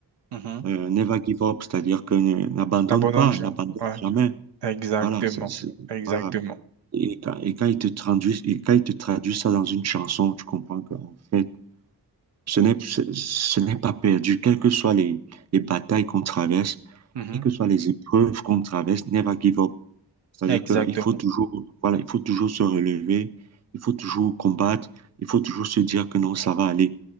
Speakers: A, on the right (about 85°); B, on the right (about 40°).
A: mhm,
B: Euh, never give up, c'est-à-dire que ne- n'abandonne
A: La bonne
B: pas,
A: gens.
B: n'abandonne
A: Ouais,
B: jamais.
A: exactement.
B: Voilà, ça, c'est,
A: Exactement.
B: voilà. Et quand, et quand il te traduit, et quand il te traduit ça dans une chanson, tu comprends qu'en fait, Ce n'est, ce, ce n'est pas perdu, quelles que soient les, les batailles qu'on traverse,
A: mhm.
B: quelles que soient les épreuves qu'on traverse, never give up. C'est-à-dire
A: Exactement.
B: qu'il faut toujours, voilà, il faut toujours se relever, il faut toujours combattre, il faut toujours se dire que non, ça va aller.